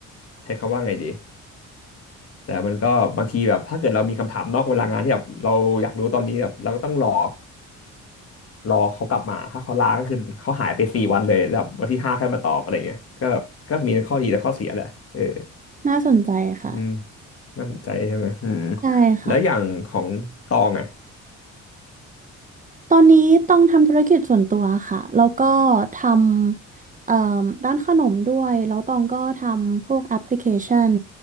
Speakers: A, on the left (about 50°); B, on the right (about 25°).
A: ใช้คำว่าไงดีแต่มันก็บางทีแบบถ้าเกิดเรามีคำถามนอกเวลางานที่แบบเราอยากรู้ตอนนี้แบบเราก็ต้องรอรอเขากลับมาถ้าเขาลาก็คือเขาหายไปสี่วันเลยแล้ววันที่ห้าค่อยมาตอบอะไรเงี้ยก็ก็มีข้อดีและข้อเสียแหละเออ
B: น่าสนใจค่ะ
A: อืมนั่นใจใช่ไหมอืม
B: ใช่ค่ะ
A: แล้วอย่างของตองอ่ะ
B: ตอนนี้ต้องทำธุรกิจส่วนตัวค่ะ แล้วก็ทำเอ่อร้านขนมด้วย แล้วตองก็ทำพวกแอปพลิเคชัน